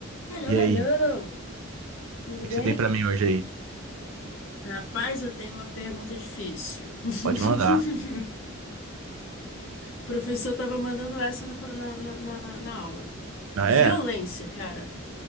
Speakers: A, on the left; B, on the right.
A: Hello,
B: E
A: hello!
B: aí, o
A: Tudo
B: que
A: bem?
B: que você tem pra mim hoje aí?
A: Rapaz, eu tenho uma pergunta difícil. <laughs>
B: Pode mandar.
A: O professor estava mandando essa na, pro- na, na, na- na aula.
B: Ah,
A: Violência,
B: é?
A: cara.